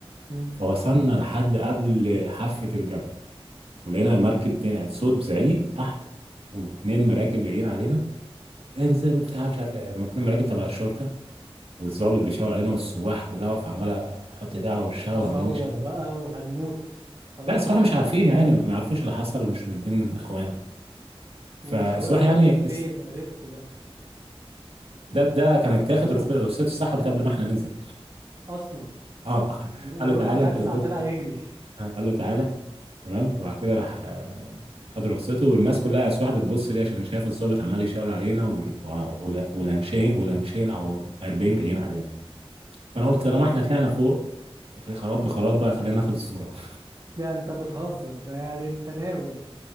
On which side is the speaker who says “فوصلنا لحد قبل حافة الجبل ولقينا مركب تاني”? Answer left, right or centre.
Right